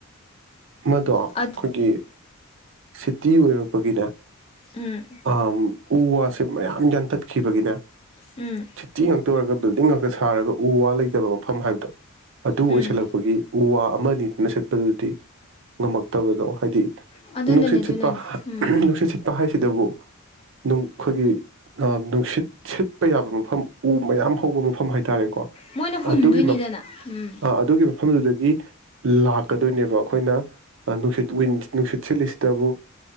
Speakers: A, on the right (about 60°); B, on the left (about 25°).
A: ꯃꯗꯣ ꯑꯩꯈꯣꯏꯒꯤ
B: ꯑꯗꯨ
A: ꯁꯤꯇꯤ ꯑꯣꯏꯔꯛꯄꯒꯤꯅ
B: ꯎꯝ
A: ꯑ ꯎ ꯋꯥꯁꯦ ꯃꯌꯥꯝ ꯌꯥꯟꯊꯠꯈꯤꯕꯒꯤꯅ
B: ꯎꯝ
A: ꯁꯤꯇꯤ ꯉꯥꯛꯇ ꯑꯣꯏꯔꯒ ꯕꯤꯜꯗꯤꯡ ꯉꯥꯛꯇ ꯁꯥꯔꯒ ꯎ ꯋꯥ ꯂꯩꯇꯕ ꯃꯐꯝ ꯍꯥꯏꯕꯗꯣ ꯑꯗꯨ
B: ꯎꯝ
A: ꯑꯣꯏꯁꯜꯂꯛꯄꯒꯤ ꯎ ꯋꯥ ꯑꯃ ꯅꯤꯗꯨꯅ ꯁꯦꯠꯄꯗꯨꯗꯤ ꯉꯝꯃꯛꯇꯕꯗꯣ ꯍꯥꯏꯗꯤ
B: ꯉꯝꯃꯛꯇꯕꯗꯣ ꯍꯥꯏꯗꯤ ꯑꯗꯨꯅꯅꯦ
A: ꯅꯨꯡꯁꯤꯠ
B: ꯑꯗꯨꯅꯅꯦ
A: ꯁꯤꯠꯄ
B: ꯎꯝ
A: ꯅꯨꯡꯁꯤꯠ ꯁꯤꯠꯄ ꯍꯥꯏꯁꯤꯗꯕꯨ ꯑꯩꯈꯣꯏꯒꯤ ꯅꯨꯡꯁꯤꯠ ꯁꯤꯠꯄ ꯌꯥꯕ ꯃꯐꯝ ꯎ ꯃꯌꯥꯝ ꯍꯧꯕ ꯃꯐꯝ ꯍꯥꯏꯇꯥꯔꯦꯀꯣ
B: ꯃꯣꯏꯅ ꯍꯨꯝꯗꯣꯏꯅꯤꯗꯅ
A: ꯑꯗꯨꯒꯤ
B: ꯎꯝ
A: ꯑꯗꯨꯒꯤ ꯃꯐꯝꯗꯨꯗꯒꯤ ꯂꯥꯛꯀꯗꯣꯏꯅꯦꯕ ꯑꯩꯈꯣꯏꯅ ꯅꯨꯡꯁꯤꯠ ꯋꯤꯟ ꯅꯨꯡꯁꯤꯠ ꯁꯤꯠꯂꯤꯁꯤꯗꯕꯨ